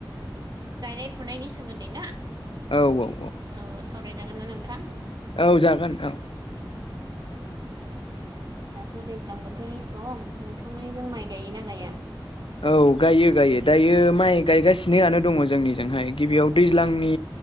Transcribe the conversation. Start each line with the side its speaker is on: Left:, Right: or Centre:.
Right: गायनाय फुनायनि सोमोन्दै ना
Left: औ औ
Right: औ सावरायजागोन ना नोंथां?
Left: औ जागोन औ
Right: दाथदैज्लां बोथोरनि सम नोंथांमोननि जों माइ गायोना गाया?
Left: औ गायो गायो दायो माइ गायगासिनोआनो
Right: उम
Left: दङ जोंनिजोंहाय। गिबियाव दैज्लांनि
Right: उम